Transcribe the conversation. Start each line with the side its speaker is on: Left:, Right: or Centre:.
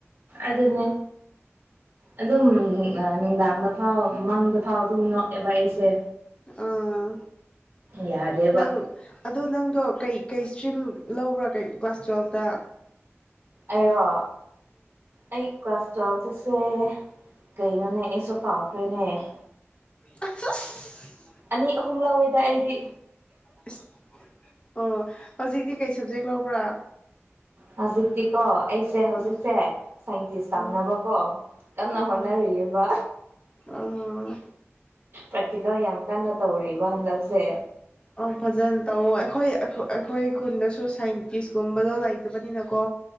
Right: ꯑꯗꯨꯅꯦ ꯑꯗꯨꯝ ꯅꯨꯡꯗꯥꯡꯗ ꯐꯥꯎ ꯃꯪꯗ ꯐꯥꯎ ꯑꯗꯨꯝ ꯅꯣꯛꯑꯦꯕ ꯑꯩꯁꯦ꯫
Left: ꯑꯥ
Right: ꯌꯥꯗꯦꯕ
Left: ꯅꯪ ꯑꯗꯣ ꯅꯪꯗꯣ ꯀꯩ ꯀꯩ ꯏꯁꯇ꯭ꯔꯤꯝ ꯂꯧꯕ꯭ꯔꯥ ꯀ ꯀꯂ꯭ꯁ ꯇ꯭ꯋꯦꯜꯐꯗ
Right: ꯑꯣ꯫ ꯑꯩ ꯀꯂ꯭ꯥꯁ ꯇꯨꯌꯦꯜꯞ ꯇꯁꯦ ꯀꯩꯅꯣꯅꯦ ꯑꯩꯁꯨ ꯀꯥꯎꯈ꯭ꯔꯦꯅꯦ ꯫
Left: ꯑ
Right: ꯑꯅꯤ - ꯑꯍꯨꯝ ꯂꯧꯥꯎꯋꯦꯗ ꯑꯩꯗꯤ꯫
Left: ꯔꯦ ꯑꯣ ꯍꯧꯖꯤꯛꯇꯤ ꯀꯩ ꯁꯕꯖꯦꯛ ꯂꯧꯕ꯭ꯔꯥ?
Right: ꯍꯧꯖꯤꯛꯇꯤꯀꯣ ꯑꯩꯁꯦ ꯍꯧꯖꯤꯛꯁꯦ
Left: ꯎꯝ
Right: ꯁꯥꯏꯟꯇꯤꯁ ꯇꯝꯅꯕꯀꯣ
Left: ꯎꯝ
Right: ꯀꯥꯟꯅ
Left: ꯎꯝ
Right: ꯍꯣꯅꯔꯤꯌꯦꯕ꯫
Left: ꯑꯣ
Right: ꯄ꯭ꯔꯦꯛꯇꯤꯀꯦꯜ ꯌꯥꯝ ꯀꯟꯅ ꯇꯧꯔꯤꯕ ꯍꯟꯗꯛꯁꯦ꯫
Left: ꯑ ꯐꯖꯅ ꯇꯧꯋ ꯑꯩꯈꯣꯏ ꯑꯩꯈꯣꯏ ꯈꯨꯟꯗꯁꯨ ꯁꯥꯏꯟꯇꯤꯁꯀꯨꯝꯕꯗꯣ ꯂꯩꯇꯕꯅꯤꯅꯀꯣ